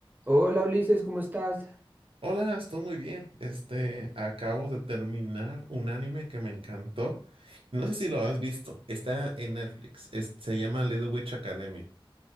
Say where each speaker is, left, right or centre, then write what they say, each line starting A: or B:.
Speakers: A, on the right (about 20°); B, on the right (about 70°).
A: Hola Ulises, ¿cómo estás?
B: Hola, estoy muy bien. Este, acabo de terminar un anime que me encantó. No sé si lo has visto. Está en Netflix. Es- se llama Little Witch Academia.